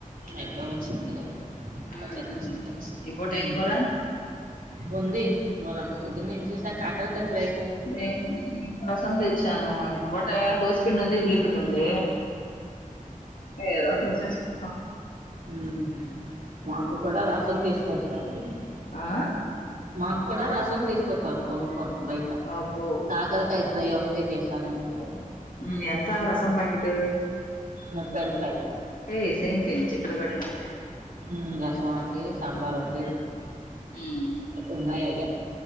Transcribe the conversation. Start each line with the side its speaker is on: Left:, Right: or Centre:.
Right: అయిపో వచ్చిందిలే
Left: ఉమ్,
Right: ఒ థర్టీట్
Left: ఉమ్.
Right: సెకంస్
Left: ఈ పూట
Right: ఊ
Left: ఏం కూర
Right: ఉంది కూరా పొద్దునేం చేసావ్ కాకరకాయ్
Left: నెన్ నీ కోసం దెచ్చాను బొటాయ దోశ పిండి ఉంది ఇడ్లీ పిండుంది ఏదో చేసేసా అ
Right: ఊహు మాకు కూడా రసన్ తీసుకొచ్చారు ఈళ్లు
Left: ఆ
Right: మాకు కూడా రసం తీసుకొచ్చారు కొను కోండి బయట
Left: అబ్బో
Right: కాకరకాయ ఫ్రై ఒకటే చేసు తనంటే
Left: ఊ ఎంత రసం పాకెటు
Right: ముప్పై రూపాయలు
Left: ఏ సేమ్ పించ్ ఇక్కడ కూడా అయింది తే
Right: ఊ రసం ఒటి సాంబార్ ఒటి
Left: ఉమ్
Right: ఉన్నాయయ్య